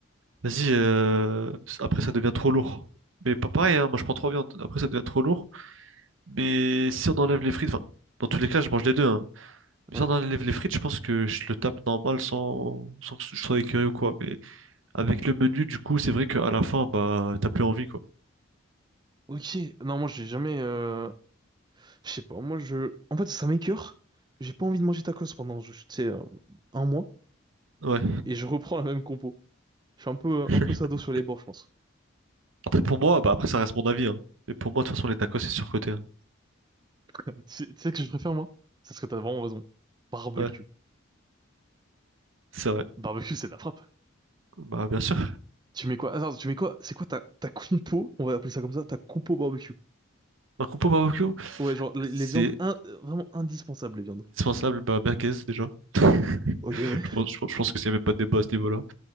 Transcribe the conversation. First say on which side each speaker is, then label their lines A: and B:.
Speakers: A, on the right; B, on the right.
A: vas-y, euh, après ça devient trop lourd. Mais pas pareil, hein, moi je prends trois viandes, après ça devient trop lourd. Mais si on enlève les frites, enfin, dans tous les cas, je mange les deux, hein. Mais
B: Ouais.
A: si on enlève les frites, je pense que je le tape normal sans, sans que je sois écœuré ou quoi. Mais avec le menu, du coup, c'est vrai qu'à la fin, bah, t'as plus envie, quoi.
B: Ok. Non, moi j'ai jamais euh, je sais pas, moi je en fait ça m'écœure. J'ai pas envie de manger tacos pendant je tu sais euh, un mois
A: Ouais.
B: et je reprends la même compo. Je suis un peu,
A: <laughs>
B: un peu sado sur les bords, je pense.
A: Après, pour moi, bah, après, ça reste mon avis, hein. Mais pour moi, de toute façon, les tacos, c'est surcoté, hein.
B: Tu sais tu sais que je préfère, moi? C'est ce que t'as vraiment raison. Barbecue.
A: Ouais, c'est vrai.
B: Barbecue, c'est de la frappe.
A: Bah, bien sûr.
B: Tu mets quoi? Attends, tu mets quoi? C'est quoi ta, ta compo? On va appeler ça comme ça, ta compo barbecue.
A: Ma compo barbecue,
B: Ouais, genre, les,
A: c'est
B: les viandes, in- euh, vraiment indispensables, les viandes.
A: Indispensable, bah, merguez déjà. <laughs> Je
B: Ok, ouais.
A: pense, je pense- je pense que s'il n'y avait pas de débat à ce niveau-là.